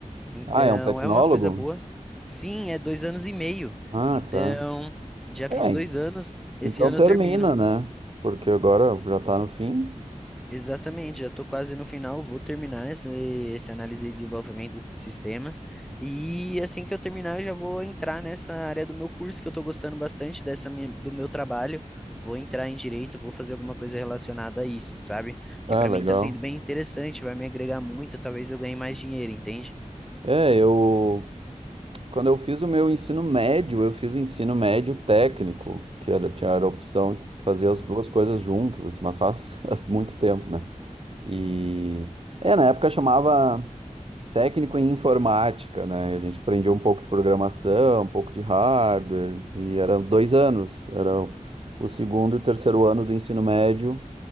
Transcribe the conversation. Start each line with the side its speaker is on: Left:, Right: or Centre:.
Centre: então
Right: Ah, é um tecnólogo?
Centre: é uma coisa boa. Sim, é dois anos e meio,
Right: Ah,
Centre: então
Right: tá.
Centre: já
Right: É,
Centre: fiz dois anos, esse
Right: então
Centre: ano
Right: termina,
Centre: eu termino.
Right: né? Porque agora já tá no fim.
Centre: Exatamente, já estou quase no final, vou terminar esse, esse análise e desenvolvimento de sistemas. E assim que eu terminar, eu já vou entrar nessa área do meu curso, que eu estou gostando bastante dessa mi- do meu trabalho. Vou entrar em direito, vou fazer alguma coisa relacionada a isso, sabe?
Right: Ah,
Centre: Que para
Right: legal.
Centre: mim está sendo bem interessante, vai me agregar muito, talvez eu ganhe mais dinheiro, entende?
Right: É, eu. Quando eu fiz o meu ensino médio, eu fiz o ensino médio técnico, que era, tinha a opção de fazer as duas coisas juntas, assim, mas faz, <laughs> faz muito tempo, né? E. É, na época chamava. técnico em informática, né? E a gente aprendia um pouco de programação, um pouco de hardware, e eram dois anos, era o o segundo e o terceiro ano do ensino médio.